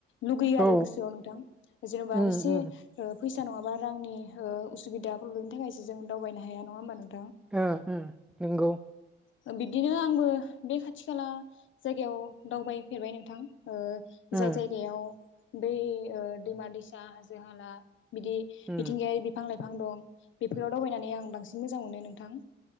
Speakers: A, on the left; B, in the centre.
A: लुगैयो आरो
B: औ
A: गोसोआव नोंथां जेनबा
B: उम
A: एसे
B: उम
A: ओ फैसा नङाबा रांनि ओ उसुबिदा प्रब्लेमनि थाखायसो जों दावबायनो हाया नङा होमबा नो
B: ओ ओम नोंगौ
A: ओ बिदिनो आंबो बे खाथि खाला जायगायाव दावबायफेरबाय नोंथां ओ
B: ओ
A: जाय जायगायाव दै ओ दैमा दैसा हाजो हाला बिदि मिथिंगायारि
B: उम
A: बिफां लाइफां बिफां दं बेफोराव दावबायनानै आं बांसिन मोजां मोनो नोंथां।